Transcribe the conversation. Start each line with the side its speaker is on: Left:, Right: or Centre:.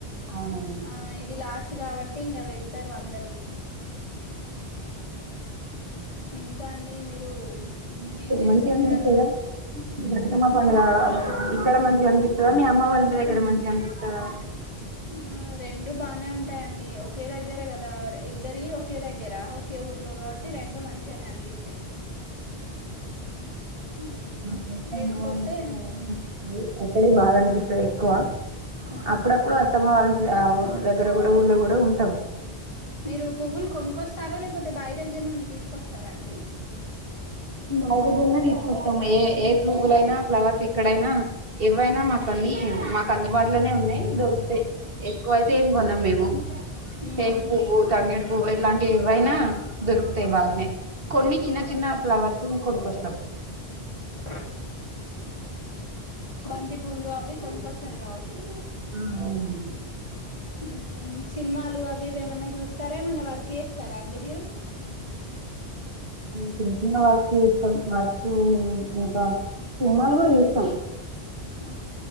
Right: అవునవును.
Left: అ ఇది లాస్ట్ కాబట్టి ఇంక వెళ్ ఒతారు అందరూ ఇంకా అండి, మీరు
Right: మీకు
Left: ఏం చేస్తుంటారు
Right: మంచిగా అనిపిస్తాదా? బతుకమ్మ పండగా ఇక్కడ మంచిగా అనిపిస్తాదా? మీ అమ్మ వాళ్ల ఇంటి దగ్గర మంచిగా అనిపిస్తాదా?
Left: హ్మ్ రెండూ బాగానే ఉంటాయి అండి. ఒకే దగ్గర కదా, ఇద్దరి ఒకే దగ్గర ఒకే ఊరిలో కాబట్టి రెండూ మంచిగానే అనిపిస్తాయి. మ్మ్
Right: మాకైతే
Left: లేకపోతే
Right: అమ్మ వాళ్ల ఇంటికి వెళ్లాలని అనిపిస్తాది. అక్కడే బాగా అనిపిస్ ఇక్కడే ఎక్కువ
Left: మ్మ్
Right: అప్పుడప్పుడు అత్తమ్మ వాళ్ల దగ్గర కూడా, ఊరిలో కూడా ఉంటాం.
Left: మీరు పువ్వులు కొనుక్కొస్తారా? లేకపోతే బాయి దగ్గర నుండి తీసుకొస్తారా అండి!
Right: బాయి దగ్గరనే తీసుకొస్తాం! ఏ ఏ పువ్వులు అయినా, ఫ్లవర్స్ ఎక్కడైనా. ఏవైనా
Left: మ్మ్
Right: మాకని మా అందుబాటులోనే ఉన్నాయి, దొరుకుతాయి. ఎక్కువ ఐతే
Left: మ్మ్
Right: ఏం కొనము మేము
Left: మ్మ్
Right: టేకు పువ్వు, తంగేడు పువ్వు పువ్వు ఇలాంటి ఇవ్వైనా దొరుకుతాయి బాగానే కొన్ని చిన్న చిన్న ఫ్లవర్స్ కొనుకొస్తాం.
Left: అవునా బంతి పూలు అవి కొనుకొస్తారు కావచ్చు.
Right: ఆ అవును
Left: ఊ సినిమాలు అవి ఇవి ఏమన్నా చూస్తారా ఏమన్నా వర్క్ చేస్తారా అండి మీరు
Right: చిన్న చిన్న వర్క్ చూస్తాం వర్క్ ఇంకా సినిమాలు కూడా చూస్తాం.
Left: ఆ